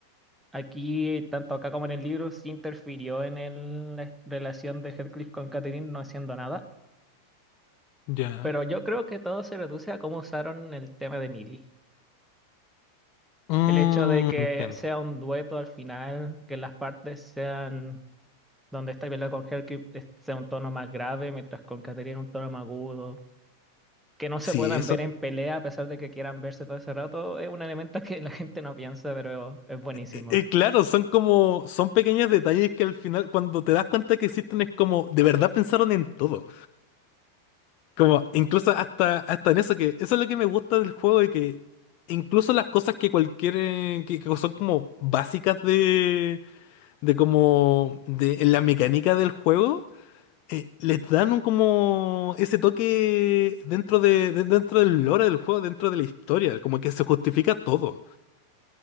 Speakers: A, in the centre; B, on the left.
A: Aquí, tanto acá como en el libro, sí interfirió en el- la relación de Heathcliff con Catherine no haciendo nada,
B: ya.
A: pero yo creo que todo se reduce a cómo usaron el tema de Millie.
B: Mm,
A: El hecho de que
B: entiendo.
A: sea un dueto al final, que las partes sean donde está peleando con Heathcliff es- sea un tono más grave, mientras con Catherine un tono más agudo, que no se
B: Sí,
A: puedan
B: eso.
A: ver en pelea a pesar de que quieran verse todo ese rato, es un elemento <laughs> que la gente no piensa, pero es buenísimo.
B: eh, eh, claro, son como. Son pequeños detalles que al final, cuando te das cuenta que existen, es como. De verdad pensaron en todo. Como, incluso hasta, hasta en eso, que eso es lo que me gusta del juego y que incluso las cosas que cualquier, eh, que, que son como básicas de, de como, de en la mecánica del juego, eh, les dan un como ese toque dentro de, de- dentro del lore del juego, dentro de la historia, como que se justifica todo.